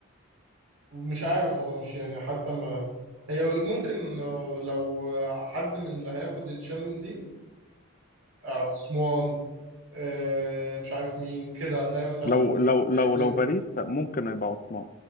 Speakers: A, on the right; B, on the left.
A: مش عارف والله مش يعني حتى ما هي ممكن آه، لو حد من اللي هياخد الشامبيونز ليج آه، عثمان آه، مش عارف مين كده هتلاقي مثلا
B: لو لو لو
A: هيخلف
B: لو باريس ممكن يبقى عثمان